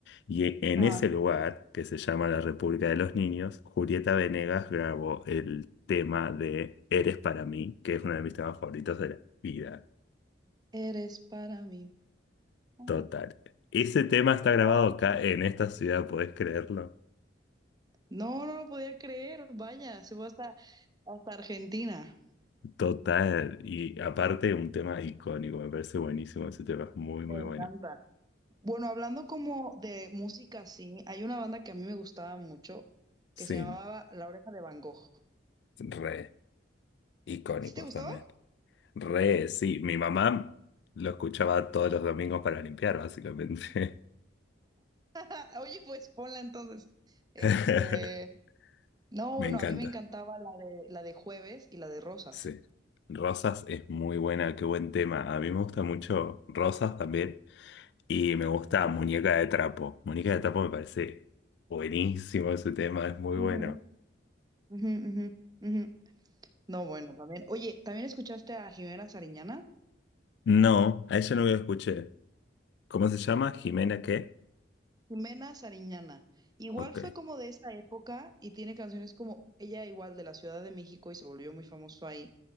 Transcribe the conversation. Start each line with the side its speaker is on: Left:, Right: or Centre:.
Left: Y en
Right: Ajá.
Left: ese lugar, que se llama la República de los Niños, Julieta Venegas grabó el tema de Eres para mí, que es uno de mis temas favoritos de la vida.
Right: Eres para mí. Ah,
Left: Total. Ese tema está grabado
Right: No.
Left: acá en esta ciudad, ¿podés creerlo?
Right: No, no lo podía creer, vaya, se fue hasta, hasta Argentina.
Left: Total, y aparte un tema icónico, me parece buenísimo ese tema, es muy,
Right: Me
Left: muy bueno.
Right: encanta. Bueno, hablando como de música, sí, hay una banda que a mí me gustaba mucho que
Left: Sí,
Right: se llamaba La Oreja de Van Gogh.
Left: re, icónicos
Right: ¿Sí te gustaba?
Left: también. Re, sí, mi mamá lo escuchaba todos los domingos para limpiar, básicamente.
Right: <laughs> Oye, pues ponla entonces. Este,
Left: <laughs>
Right: no,
Left: Me
Right: bueno,
Left: encanta,
Right: a mí me encantaba la de, la de Jueves y la de Rosas.
Left: sí. Rosas es muy buena, qué buen tema. A mí me gusta mucho Rosas también, y me gusta
Right: Ajá.
Left: Muñeca de Trapo. Muñeca de Trapo me parece buenísimo ese tema, es muy
Right: Ujú.
Left: bueno.
Right: Ujú, ujú, ujú. No, bueno, también. Oye, ¿también escuchaste a Jimena Sariñana?
Left: No, a ella no lo escuché. ¿Cómo se llama? Jimena qué?
Right: Jimena Sariñana. Igual
Left: Ok.
Right: fue como de esa época y tiene canciones como ella igual de la Ciudad de México y se volvió muy famoso ahí.